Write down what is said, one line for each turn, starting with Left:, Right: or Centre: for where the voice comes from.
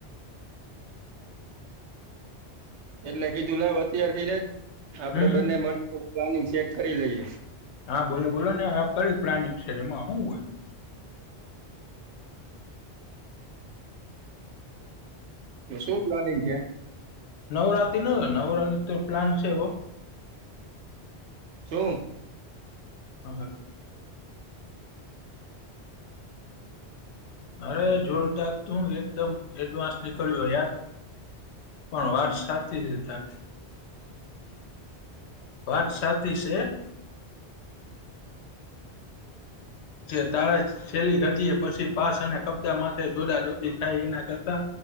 Right: એટલે કીધું લાવ અત્યાર થી ન જ આપડે
Left: હમ
Right: બંને મળતું પ્લાનિંગ સેટ કરી લઈએ.
Left: હા, બોલો બોલો ને આપ ક્યુ પ્લાનિંગ છે એમાં હું હોય
Right: એમાં શું પ્લાનિંગ છેે
Left: નવરાત્રીનો ન નવરાત્રી તો પ્લાન છે હો.
Right: શું?
Left: હઅ. અરે જોરદાર, તું એકદમ એડવાન્સ નીકળ્યો યાર. પણ વાત સાચી છે તારી. વાત સાચી શે. જે તારે છેેલ્લી ઘડીએ પસી પાસ અને કપજા માટે દોઢા-દોઢી થાય કઈના કરતા